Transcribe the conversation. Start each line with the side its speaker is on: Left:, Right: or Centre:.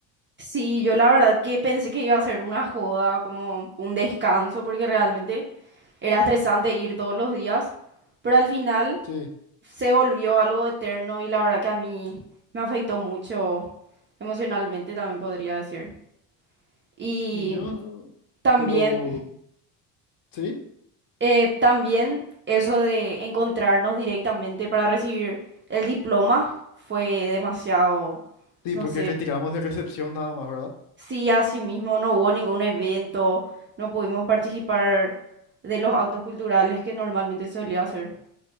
Right: Sí, yo la verdad que pensé que iba a ser una joda, como un descanso, porque realmente era estresante ir todos los días, pero al final...
Left: Sí.
Right: se volvió algo eterno y la verdad que a mí me afectó mucho emocionalmente, también podría decir. Y
Left: Y yo,
Right: también,
Left: pero, ¿sí?
Right: eh, también eso de encontrarnos directamente para recibir el diploma fue demasiado,
Left: Sí,
Right: no
Left: porque
Right: sé,
Left: retiramos de recepción nada más, ¿verdad?
Right: sí, así mismo no hubo ningún evento, no pudimos participar de los actos culturales que normalmente solía hacer.